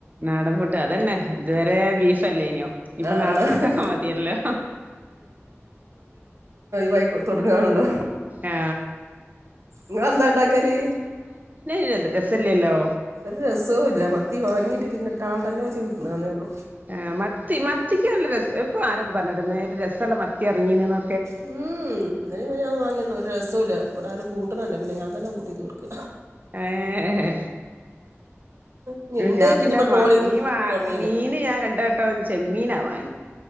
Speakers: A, on the right; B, on the right.
A: നാടൻഫുഡ് അതന്നെ ഇതുവരെ. ബീഫലല്യേനോ ഇപ്പൊ
B: ആ
A: നാടഫുടൊക്കെ
B: ആ
A: മതിയല്ലോ.
B: യിക്കോ തൊടങ്ങാണല്ലോ
A: ആ
B: ങ്ങൾന്താ ഇണ്ടാക്കല്.
A: രെ രെസല്ലല്ലോ.
B: ഒരു രസൊല്ല മത്തി വാങ്ങീട്ട് പിന്നെ ഇട്ടാളുടെലോവെച്ച് തിന്നാന്നൊള്ളൂ.
A: ആ മത്തി മത്തിക്കല്ല രസ ഇപ്പൊ ആരൊന്ന് പറഞ്ഞിന്നലോ എന്റെ രസള മത്തി ഇറങ്ങീണെന്ന്.
B: ഉം ഉം നലേംമന്യാനും വാങ്ങിന്ന ഒരു രസൂല്ല ഇവിടെ ആരും കൂട്ടണല്ല പിന്നെ ഞൻ. ൻ തനെ കൂട്ടിട് തീർക്ക.
A: ഹേ ഹേ.
B: ഇനി എന്തേക്ക്
A: ഞാൻ പിന്നെ
B: ഇനി ഇപ്പോൾ ട്രോളിങ്
A: മാ മീൻ വ
B: തുടങ്ങിയില്ലേ
A: മീന് ഞാൻ രണ്ട വട്ടംന്ന് ചെമ്മീനാ വാങ്യെ.